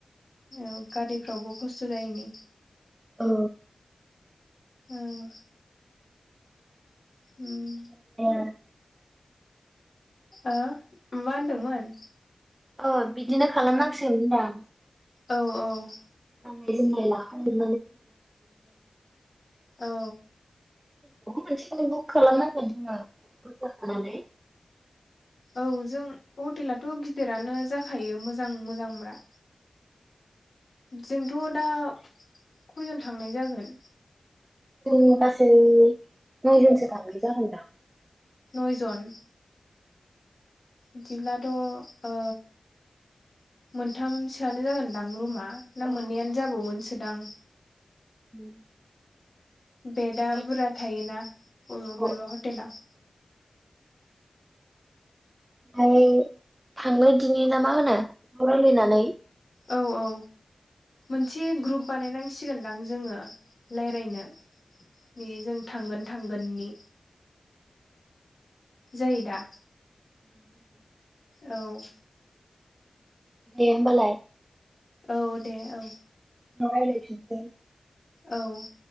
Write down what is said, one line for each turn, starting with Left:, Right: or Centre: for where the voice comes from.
Left: औ गारिफ्रावबो खस्थ' जायैनि।
Right: औ।
Left: औ। उम।
Right: <unintelligible>
Left: ओ मा होनदोंमोन?
Right: अह बिदिनो खालामनांसिगोन होनदां।
Left: औ औ।
Right: <unintelligible> हटेलखौबो
Left: औ
Right: मोनसेनो बुक खालामनांगोन जोङो बुरजा थानानै।
Left: औ जों हटेलाथ' गिदिरानो जाखायो मोजां मोजांब्रा। जोंथ' दा खयजन थांनाय जागोन?
Right: जोंनो गासै नयजनसो थांबाय जागोन दां।
Left: नयजन। बिदिब्लाथ' ओ मोनथामसोआनो जागोनदां रुमा। ना
Right: औ
Left: मोननैयानो
Right: औ
Left: जाबावगोनसोदां।
Right: <inaudible>
Left: बेदा
Right: बेबायदि
Left: बुरजा थायोना बबेब
Right: औ
Left: बबेबा
Right: औ
Left: हटेलाव।
Right: ओमफाय थांनायदिनि ना मा होनो ज रायलायनानै।
Left: औ औ। मोनसे ग्रुप बानायनांसिगोनदां जोङो रायलायनो। बे जों थांगोन थांगोननि। जायोदा?
Right: जायो।
Left: औ।
Right: दे होमबालाय।
Left: औ दे औ।
Right: उनाव रायलायफिनसै।
Left: औ।